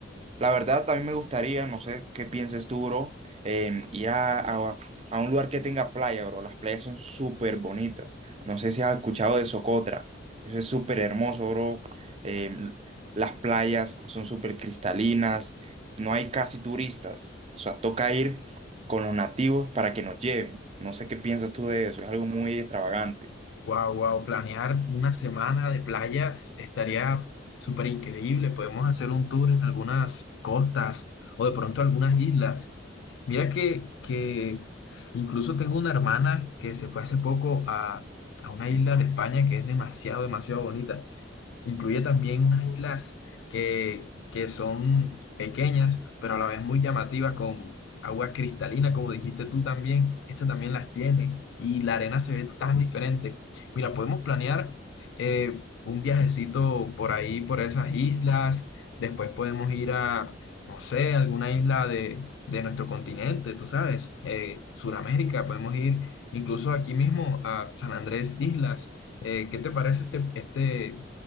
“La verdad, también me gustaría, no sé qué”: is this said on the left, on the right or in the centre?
Right